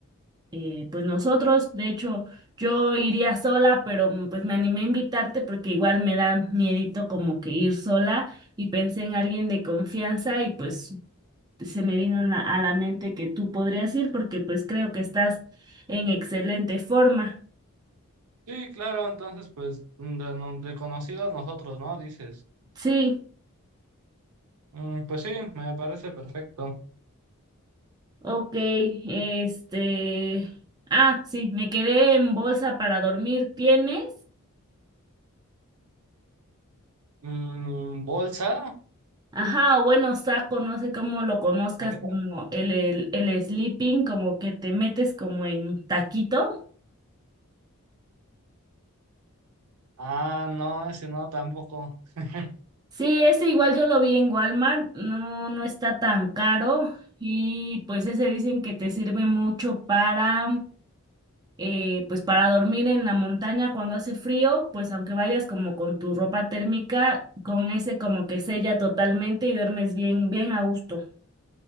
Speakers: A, on the right; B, on the right.
A: eh, pues nosotros. De hecho, yo iría sola, pero mm, pues me animé a invitarte porque igual me da miedito como que ir sola y pensé en alguien de confianza y pues se me vino en la- a la mente que tú podrías ir porque pues creo que estás en excelente forma.
B: Sí, claro, entonces pues mm, de, no- de conocidos nosotros, ¿no? Dices,
A: Sí,
B: Mm, pues sí, me parece perfecto.
A: ok, este... Ah, sí, me quedé en bolsa para dormir. ¿Tienes?
B: Mm, ¿bolsa?
A: Ajá, o bueno, saco, no sé cómo lo conozcas,
B: ¿La qué?
A: como el, el, el sleeping, como que te metes como en taquito.
B: Ah, no, ese no, tampoco. <laughs>
A: Sí, ese igual yo lo vi en Walmart, no, no está tan caro y pues ese dicen que te sirve mucho para, eh, pues para dormir en la montaña cuando hace frío, pues aunque vayas como con tu ropa térmica, con ese como que sella totalmente y duermes bien, bien a gusto.